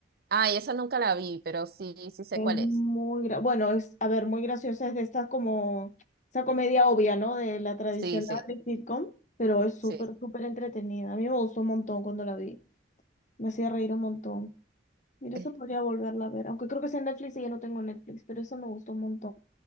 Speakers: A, on the right (about 50°); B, on the left (about 40°).
A: Ay, esa nunca la vi, pero sí, sí sé
B: Es
A: cuál
B: muy,
A: es.
B: gra- bueno, es, a ver, muy graciosa, es de estas como, esa comedia obvia, ¿no? De la tradicional
A: Sí, sí,
B: de sitcom, pero es súper,
A: sí.
B: súper entretenida. A mí me gustó un montón cuando la vi, me hacía reír un montón. Mira,
A: Eh,
B: eso podría volverla a ver, aunque creo que sea en Netflix y ya no tengo Netflix, pero eso me gustó un montón.